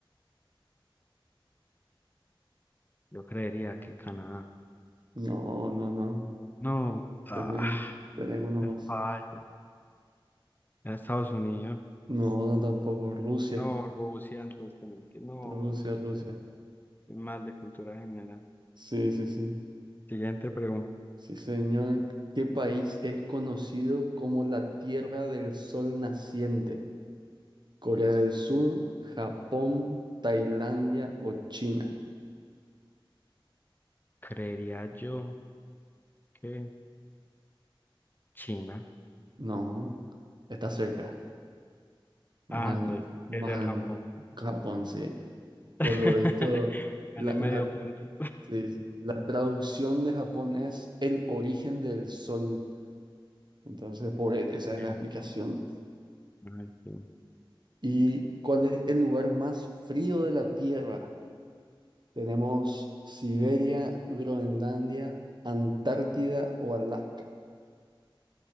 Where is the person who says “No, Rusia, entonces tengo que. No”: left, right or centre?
Left